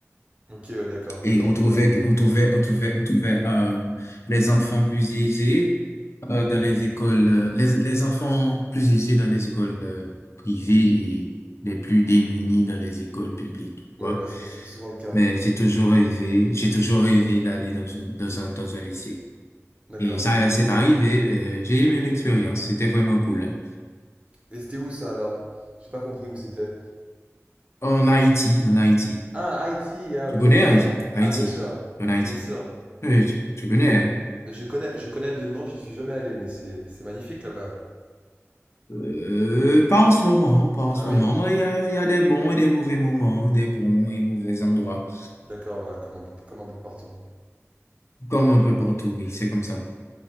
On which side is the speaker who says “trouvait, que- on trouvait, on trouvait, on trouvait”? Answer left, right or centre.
Left